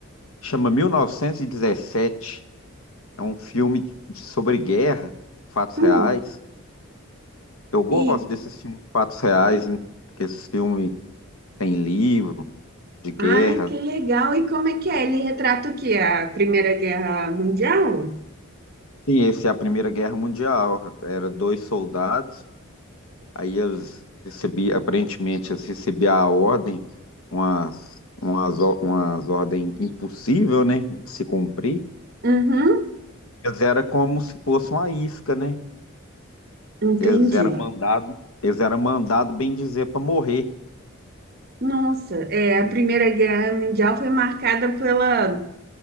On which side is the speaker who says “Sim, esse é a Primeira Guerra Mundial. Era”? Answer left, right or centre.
Left